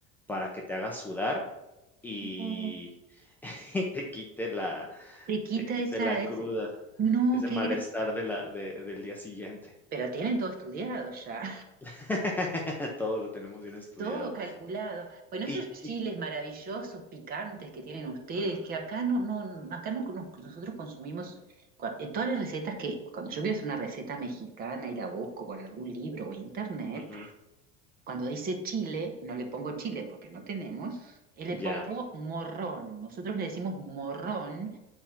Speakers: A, in the centre; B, on the right (about 30°).
A: para que te haga sudar y,
B: No,
A: <laughs> y te quite la
B: Te quita
A: te quite
B: esa,
A: la cruda,
B: ese- No,
A: ese
B: qué
A: malestar
B: gracia.
A: de la de del día siguiente.
B: Pero tienen todo estudiado ya.
A: <laughs> Todo lo tenemos bien estudiado.
B: Todo calculado. Bueno,
A: Y
B: esos chiles
A: y
B: maravillosos, picantes que tienen ustedes,
A: ujú,
B: que acá no, no, no- acá no, no- nosotros consumimos cua- en todas las recetas que, cuando yo quiero hacer una receta mexicana y la busco por algún libro o internet,
A: ujú,
B: cuando dice chile, no le pongo chile porque no tenemos, eh, le
A: ya,
B: pongo morrón. Nosotros le decimos morrón